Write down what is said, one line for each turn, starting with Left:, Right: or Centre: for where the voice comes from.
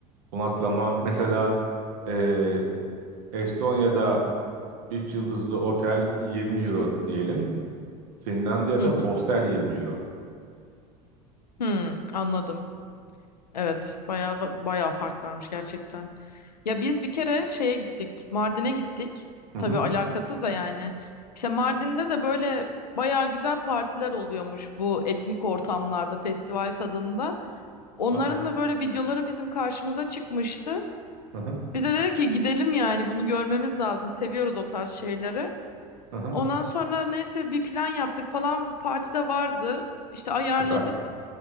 Right: konaklama mesela eee, Estonya'da 3 yıldızlı otel 20 euro diyelim. Finlandiya'da
Left: Hı hı.
Right: hostel 20 euro.
Left: Hı, anladım. Evet, bayağı bayağı fark varmış gerçekten. Ya biz bir kere şeye gittik. Mardin'e gittik.
Right: Hı
Left: Tabii
Right: hı.
Left: alakasız da yani. İşte Mardin'de de böyle bayağı güzel partiler oluyormuş bu etnik ortamlarda, festival tadında. Onların
Right: Aa.
Left: da böyle videoları bizim karşımıza çıkmıştı.
Right: Hı hı.
Left: Bize dedi ki gidelim yani bunu görmemiz lazım. Seviyoruz o tarz şeyleri.
Right: Hı hı.
Left: Ondan sonra neyse bir plan yaptık falan. Parti de vardı. İşte ayarladık.
Right: Süper.